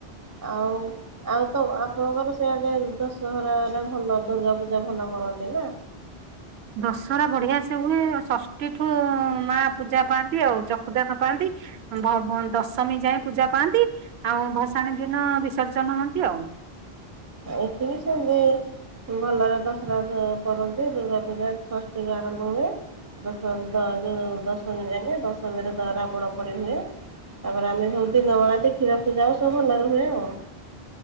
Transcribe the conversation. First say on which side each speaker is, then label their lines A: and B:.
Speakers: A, on the right; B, on the right.
A: ହଉ। ଆଉ ତ ଆପଣଙ୍କର ସେଆଡେ ଦଶହରାରେ ଭଲ ଦୁର୍ଗା ପୂଜା ଭଲ କରନ୍ତି ନା?
B: ଦଶହରା ବଢିଆ ସେ ହୁଏ ଷଷ୍ଠୀ ଠୁ ମା ପୂଜା ପାଆନ୍ତି ଆଉ ଚଖୁଦାନ ପାଆନ୍ତି ଭ-ଭ ଦଶମୀ ଯାଏ ପୂଜା ପାଆନ୍ତି ଆଉ ଭସାଣି ଦିନ ବିସର୍ଜନ ହୁଅନ୍ତି ଆଉ।
A: ଏଠି ବି ସେମିତି ଭଲରେ ଦଶହରା କରନ୍ତି ଦୁର୍ଗା ପୂଜା ଷଷ୍ଠୀରୁ ଆରମ୍ଭ ହୁଏ। ଦଶ ଦ ଯୋଉ ଦଶମୀ ଯାକେ ଦଶମୀରେ ରାବଣ ପୋଡି ହୁଏ। ତାପରେ ଆମେ ସବୁ ଦିନ ବେଳା ଦେଖିବାକୁ ଯାଉ ସବୁ ଭଲରେ ହୁଏ ଆଉ।